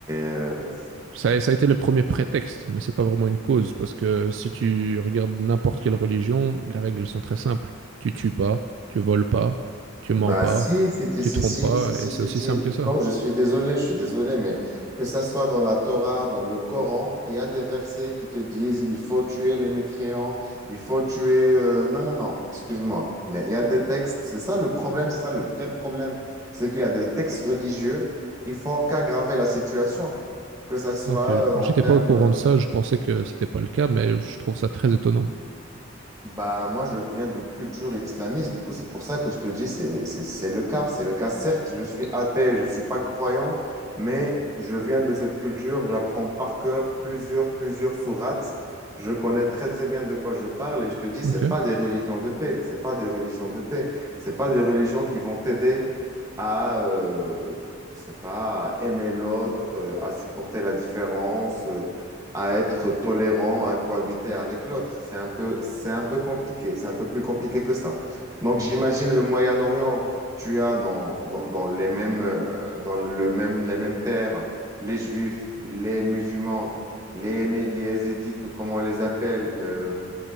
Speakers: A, on the right (about 15°); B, on the right (about 65°).
A: euh,
B: Ça, a- ça a été le premier prétexte, mais c'est pas vraiment une cause, parce que si tu regardes n'importe quelle religion, les règles elles sont très simples. Tu tues pas, tu voles pas, tu mens
A: Bah,
B: pas,
A: si, si, si,
B: tu
A: si,
B: trompes
A: si,
B: pas,
A: si, si,
B: et c'est
A: si,
B: aussi
A: si.
B: simple que ça.
A: Non, je suis désolé, je suis désolé, mais que ça soit dans la Torah, dans le Coran, il y a des versets qui te disent il faut tuer les mécréants, il faut tuer. euh, Non, non, non, excuse-moi. Mais il y a des textes, c'est ça le problème, c'est ça le vrai problème. C'est qu'il y a des textes religieux qui font qu'aggraver la situation, que ça soit
B: Ok,
A: euh, en
B: j'étais
A: termes.
B: pas au courant
A: euh,
B: de ça, je pensais que c'était pas le cas, mais je trouve ça très étonnant.
A: Bah, moi, je viens d'une culture islamiste, du coup, c'est pour ça que je te dis, c'est, c'est, c'est le cas. C'est le cas. Certes, je suis athée, je ne suis pas croyant, mais je viens de cette culture, j'apprends par cœur plusieurs, plusieurs sourates. Je connais très, très bien de quoi je parle et je te dis,
B: Ok.
A: c'est pas des religions de paix, c'est pas des religions de paix, c'est pas des religions qui vont t'aider à, euh, je sais pas, à aimer l'autre, euh, à supporter la différence, euh, à être tolérant, à cohabiter avec l'autre. C'est un peu, c'est un peu compliqué, c'est un peu plus compliqué que ça. Donc j'imagine le Moyen-Orient, tu as dans, dans, dans les mêmes, euh, dans le même, les mêmes terres, les Juifs, les musulmans, les, Yémé- les Yézidis, ou comme on les appelle, euh,